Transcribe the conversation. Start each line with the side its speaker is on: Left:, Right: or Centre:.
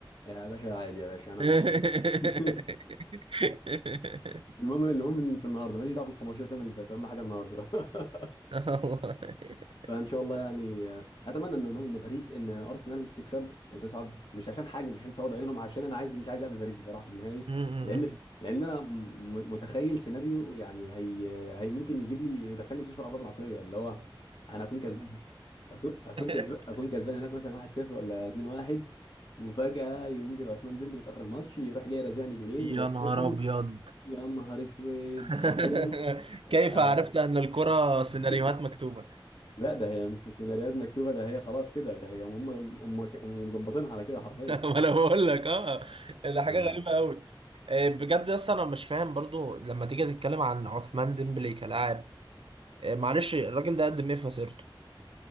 Left: يا باشا عادي يا باشا انا
Right: <laughs>
Left: مبسوط <laughs> المهم المهم ان في النهارده ماليش دعوه بال 15 سنه اللي فاتت اهم حاجه النهارده <laughs>
Right: والله.
Left: فان شاء الله يعني آه، اتمنى ان ان باريس ان ارسنال تكسب وتصعد مش عشان حاجه مش عشان سواد عيونهم عشان انا عايز مش عايز اقابل باريس بصراحه في النهائي
Right: م- م-
Left: لان
Right: م.
Left: لان انا م- م- متخيل سيناريو يعني هي هي ممكن يجيب لي يدخلني مستشفى الامراض العقليه اللي هو انا اكون كسبان اكون اكون كسبان
Right: <laughs>
Left: اكون كسبان هناك مثلا 1-0 ولا 2-1 وفجأة ينزل عثمان ديمبلي في آخر الماتش يروح جاي رازعني جولين
Right: يا
Left: ويحتفل
Right: نهار ابيض
Left: يا نهار اسود
Right: <laughs>
Left: حرفيا آه.
Right: كيف عرفت ان الكرة سيناريوهات
Left: <laughs>
Right: مكتوبة
Left: لا ده هي مش سيناريوهات مكتوبة ده هي خلاص كده ده هي هم هم هم مظبطينها على كده حرفيا
Right: <laughs> ما انا بقول لك اه ده حاجه
Left: يا نهار
Right: غريبه
Left: اسود
Right: قوي بجد يا اسطى انا مش فاهم برضو لما تيجي تتكلم عن عثمان ديمبلي كلاعب آه، معلش الراجل ده قدم ايه في مسيرته